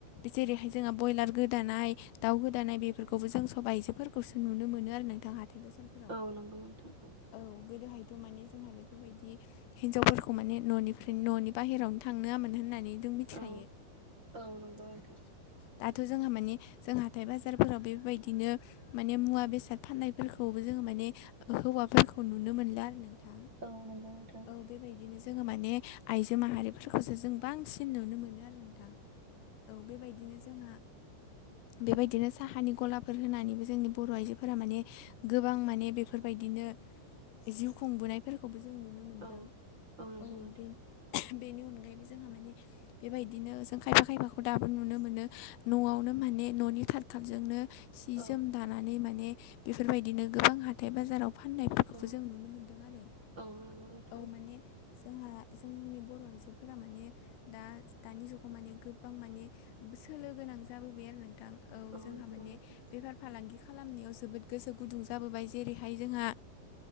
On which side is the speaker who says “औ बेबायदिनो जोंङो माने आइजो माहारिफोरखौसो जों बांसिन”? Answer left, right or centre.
Left